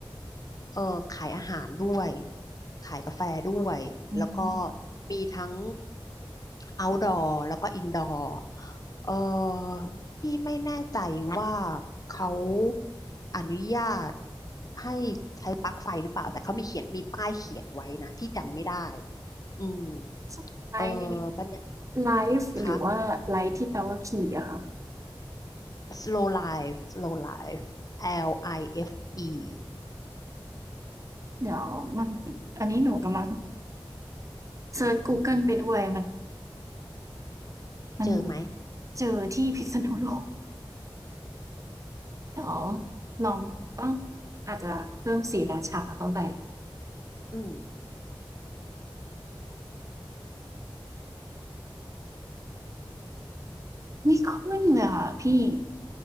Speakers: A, on the left; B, on the right.
A: เออขายอาหารด้วยขายกาแฟด้วยแล้วก็
B: อืม
A: มีทั้ง outdoor แล้วก็ indoor เออที่ไม่แน่ใจว่าเขาอนุญาตให้ใช้ปลั๊กไฟหรือเปล่าแต่เขามีเขียนมีป้ายเขียนไว้นะที่จำไม่ได้อืม
B: สไลฟ์นี้
A: เออบรรยากาศ
B: ไลฟ์หรือว่าไลฟ์ที่แปลว่าขี่อะค่ะ
A: คะ slow life slow life L I F E
B: เดี๋ยวมันอันนี้หนูกำลังเซิร์ชกูเกิลไปด้วยมันมัน
A: เจอไหม
B: เจอที่พิษณุโลก เดี๋ยวลองต้องอาจจะเพิ่มศรีราชาเข้าไป
A: อืม
B: ไม่ขึ้นเลยค่ะพี่